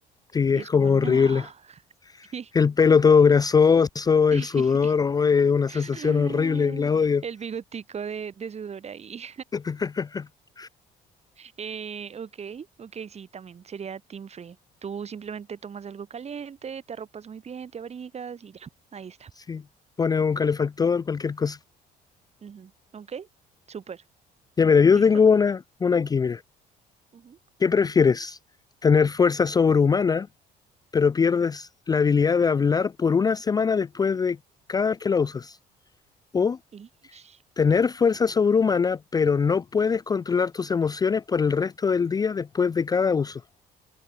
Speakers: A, on the left (about 20°); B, on the right (about 40°).
A: Sí,
B: Y
A: es
B: es
A: como
B: como, no,
A: horrible.
B: <laughs> sí.
A: El pelo todo grasoso,
B: sí.
A: el sudor, oh, es una
B: <laughs>
A: sensación horrible, la odio.
B: El bigotico de, de sudor ahí.
A: <laughs>
B: Eh, ok, ok, sí, también sería team free. Tú simplemente tomas algo caliente, te arropas muy bien, te abrigas y ya, ahí está.
A: Sí, pone un calefactor, cualquier cosa.
B: Ujú, Ok, súper,
A: Ya mira, yo
B: listo.
A: tengo una, una aquí, mira.
B: Ujú.
A: ¿Qué prefieres? ¿Tener fuerza sobrehumana, pero pierdes la habilidad de hablar por una semana después de cada vez que la usas? ¿O
B: Ish,
A: tener fuerza sobrehumana, pero no puedes controlar tus emociones por el resto del día después de cada uso?